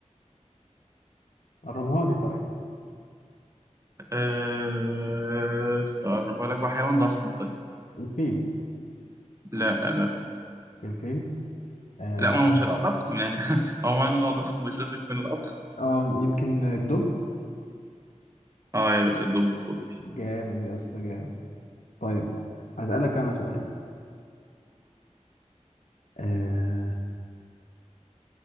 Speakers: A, on the left (about 75°); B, on the right (about 25°).
A: قربها لي طيب
B: آه، أقرب لك هو حيوان ضخم طيب
A: الفيل
B: لا لا
A: الفيل آه،
B: لا ما هو مش الأضخم يعني <laughs> هو معنى إن هو ضخم مش لازم يكون الأضخم
A: اه يمكن الدب
B: آه يا باشا الدب القطبي
A: جامد يا اسطى جامد طيب هسألك انا سؤال آه،